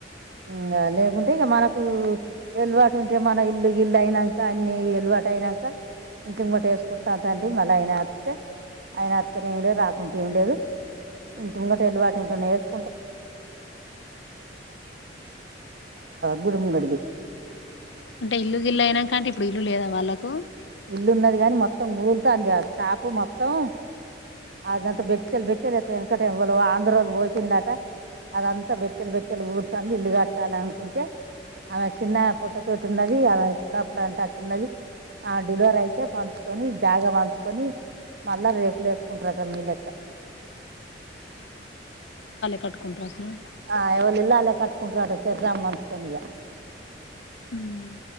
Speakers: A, on the right; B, on the left.
A: ఇంగ లేకుంటే ఇక మనకు వెల్ వాటు ఉంటే మన ఇల్లు గిల్లు అయినాక అన్ని వెల్ వాట్ అయినాక ఇంక ఇమ్మట వేసుకుంటాం తండ్రి మళ్ళ ఆయన వత్తే ఆయన వత్తు నైలే రాకుంటే ఏం లేదు ఇంటి ముంగట వెల్ వాటు ఉంటనే స్ గుడుము గడ్ వి
B: అంటే ఇల్లు గిల్లు అయినాకంటే ఇప్పుడు ఇల్లు లేదా వాళ్ళలకు
A: ఇల్లు ఉన్నది గానీ మొత్తం లూప్ త <inaudible> స్టాపు మొత్తం అదంతా బెచ్చల్ బెచ్చలి ఎత్త ఎంతకైను ఆంధ్రలో పోసిందమ్ టా అదంతా బెచ్చేలు బెచ్చేలు ఊరుతాంది ఇల్లు కట్టాలి అనుకుంటే ఆమె చిన్న పొట్టతోటి ఉన్నది ఆమె ఇప్పుడు అప్పుడు అంట అట్టున్నది ఆ డెలివరీ అయితే పంచుకొని జాగా పంచుకొని మళ్ళా రేపులు వేసుకుంట్రా స మీ లెక్క
B: కట్టుకుంటారట్నా
A: ఆ ఎవర్ ఇళ్ళో ఆల్లే కట్టుకుంటారట చే <inaudible> నిగ
B: హ్మ్